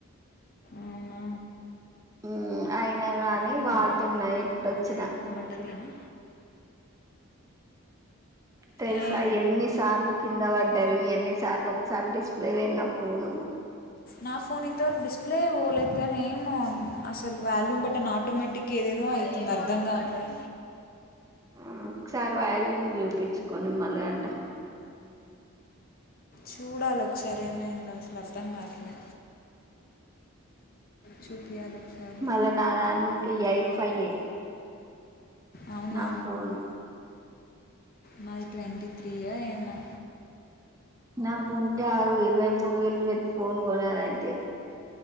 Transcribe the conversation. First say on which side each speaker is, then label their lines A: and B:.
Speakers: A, on the left; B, on the right.
A: అవునా
B: ఉ అయి నాగాని
A: తీయనా
B: వాడుతున్నా
A: బట్టలు?
B: ఎట్టొచ్చిన.
A: నా బట్టలు తీయనా
B: తెలుసా
A: ఏ
B: ఎన్నిసార్లు కింద పడ్డవి ఎన్నిసార్లు ఒకసారి డిస్ప్లే పోయిన ఫోను.
A: నా ఫోన్ ఇంతవరకు డిస్ప్లే పోవలేదు గానీ ఏమో అసలు వాల్యూమ్ బట్ట ఆట్ టోమేటిక్గా ఏదేదో అవుతుంది అర్థం కాట్లే
B: ఆ ఒక సారీ వాల్యూం జూపి చ్చుకోని మల్గంట.
A: చూడాలి ఒకసారి ఏమైందో అసలు అర్థం కాట్లే. చూపియ్యాలి ఒకసారి
B: మళ్ళా నా దానికి ఎయిట్ ఫైవ్ ఏ
A: అవునా
B: నా ఫోన్
A: మాది ట్వంటీ త్రీయ ఏమో
B: నావ్ ఉంది అగు ఇరవై మూడు వేల్ పేట్ ఫోన్ కొన్నాను అయితే.